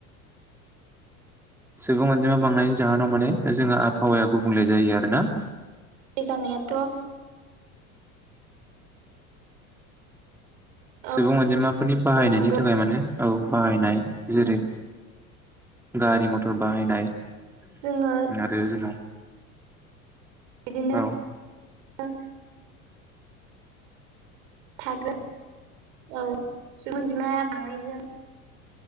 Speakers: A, in the centre; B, on the right (about 60°).
A: सुबुं अनजिमा बांनायनि जाहोनाव माने जोंहा आबहावाया गुबुंले जायो आरोना।
B: बे जानायाथ'। औ
A: सुबुं अनजिमा। बे फोरनि बाहायनायनि
B: औ नंगौ
A: थाखाय माने औ बाहायनाय। जेरै गारि मथर बाहायनाय।
B: जोङो
A: आरो जोंहा।
B: बिदिनो।
A: औ
B: <inaudible> थागोन औ सुबुं अनजिमाया बांनायजों।